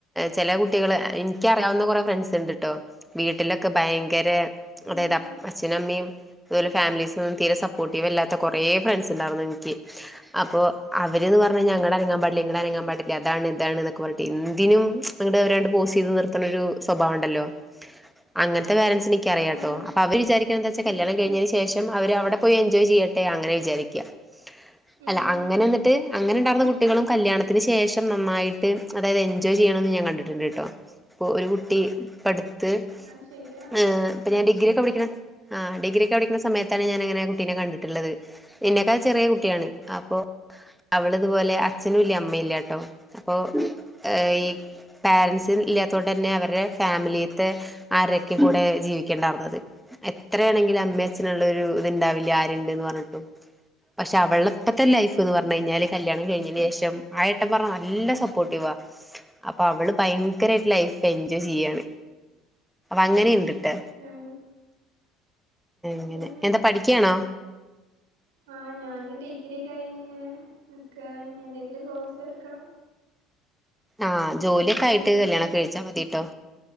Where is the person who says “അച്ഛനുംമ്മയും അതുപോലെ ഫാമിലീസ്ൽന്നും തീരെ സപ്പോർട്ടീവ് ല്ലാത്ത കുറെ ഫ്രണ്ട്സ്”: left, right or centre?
Centre